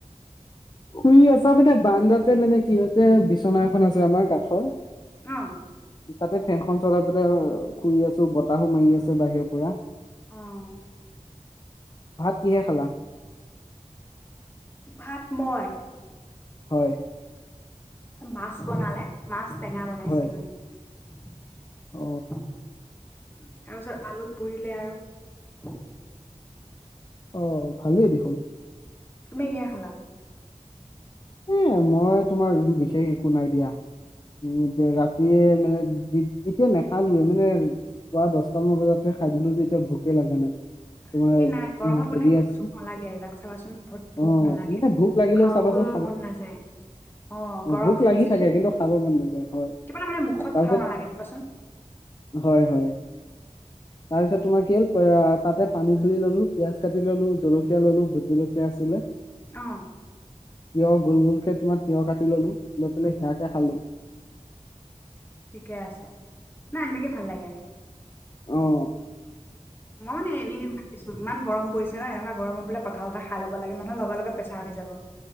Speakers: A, on the left; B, on the left.
A: শুই আছা মানে, বান্দাতে মানে কি হৈছে, বিচনা এখন আছে, আমাৰ কাঠৰ।
B: উম।
A: তাতে ফেনখন চলাই পেলাই শুই আছো বতাহো মাৰি আছে বাহিৰৰ পৰা।
B: অহ।
A: ভাত কিহে খালা?
B: ভাত মই
A: হয়।
B: মাছ বনালে মাছ টেঙা বনাইছিল
A: হয়
B: মানে। <inaudible>
A: অ
B: তাৰপিছত আলু পুৰিলে আৰু।
A: অ ভালেই দেখোন।
B: তুমি কিহে খালা?
A: এ মই তোমাৰ ৰুম বিশেষ একো নাই দিয়া। উ ৰাতিয়ে মানে এতিয়া নেখালোয়ে মানে পুৱা দহটামান বজাতে খাই দিলো যে এতিয়া ভোকে লাগা নাই।
B: <inaudible>
A: তোমাৰ
B: এই নাই গৰমত
A: উম,
B: গণে
A: হেৰি
B: ভোক
A: আছিল
B: চোক নালাগে আৰুিলাক চাবাচোন ভোক ভোক
A: অ
B: নালাগে
A: মানে ভোক লাগিলেও
B: খাব।
A: চাবাচোন
B: মন নাযায়। অ গৰম
A: ভোক
B: যে
A: লাগি
B: বেছি
A: থাকে কিন্তু খাব মন নাযায় হয়
B: কিবা মানে মুখত
A: তাৰপিছত
B: ভাল নালাগে ক'বাচোন।
A: হয় হয়।
B: <inaudible>
A: তাৰপিছত তোমাৰ কি হ'ল তাতে পানী ঢালি ললো পিয়ঁয়াজ কাটি ললো জলকীয়া ললো ভোট জলকীয়া আছিলে।
B: অহ।
A: তিঁয়হ গোল গোলকে তোমাৰ তিঁয়হ কাটি ললো লৈ পেলাই সিয়াকে খালো।
B: ঠিকে আছে না সেনেকে ভাল লাগে।
A: আহ।
B: মই মানে এনেই ভাবিছো ইমান গৰম পৰিছ নহ এনেকুৱ গৰমত বলে কঠা কা খাই লব লাগে মানুহ লগে লগোৰ উি যাব।